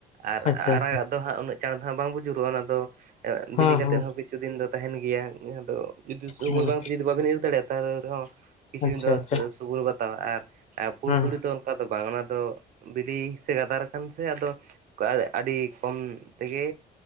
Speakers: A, on the right (about 55°); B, on the left (about 40°).
A: ᱟᱨ
B: ᱟᱪᱪᱷᱟ
A: ᱟᱨᱟᱜᱟᱜ
B: ᱟᱪᱪᱷᱟ
A: ᱫᱚ ᱦᱟᱸᱜ ᱩᱱᱟᱹᱜ ᱪᱟᱬ ᱫᱚ ᱵᱟᱝ ᱵᱩᱡᱩᱨᱩᱜ-ᱟ ᱚᱱᱟ ᱫᱚ
B: ᱦᱮᱸ
A: ᱵᱤᱞᱤ ᱠᱟᱛᱮᱜ ᱦᱚᱸ ᱠᱤ ᱪᱷᱩ ᱫᱤᱱ ᱫᱚ ᱛᱟᱦᱮᱸᱱ ᱜᱮᱭᱟ ᱟᱫᱚ ᱡᱩᱫᱤ ᱥᱳᱚᱢᱚᱭ
B: ᱦᱮᱸ
A: ᱵᱟᱝ ᱡᱩᱫᱤ ᱵᱟᱵᱤᱱ ᱤᱫᱤ ᱫᱟᱲᱮᱭᱟᱜ-ᱟ ᱛᱟᱦᱚᱞᱮ ᱨᱮᱦᱚᱸ ᱠᱤᱪᱷᱩ
B: ᱟᱪᱪᱷᱟ
A: ᱫᱤᱱ ᱫᱚ
B: ᱟᱪᱪᱷᱟ
A: ᱥᱩᱨ ᱥᱩᱜᱩᱨ ᱵᱟᱛᱟᱣᱟ, ᱟᱨ ᱯᱩᱲ
B: ᱦᱮᱸ
A: ᱛᱩᱲᱤ ᱫᱚ ᱚᱱᱠᱟ ᱫᱚ ᱵᱟᱝ ᱚᱱᱟ ᱫᱚ ᱵᱤᱞᱤ ᱥᱮ, ᱜᱟᱫᱟᱨ ᱠᱟᱱ ᱥᱮ ᱟᱫᱚ ᱠᱟ ᱟᱹᱰᱤ ᱠᱚᱢ ᱛᱮᱜᱮ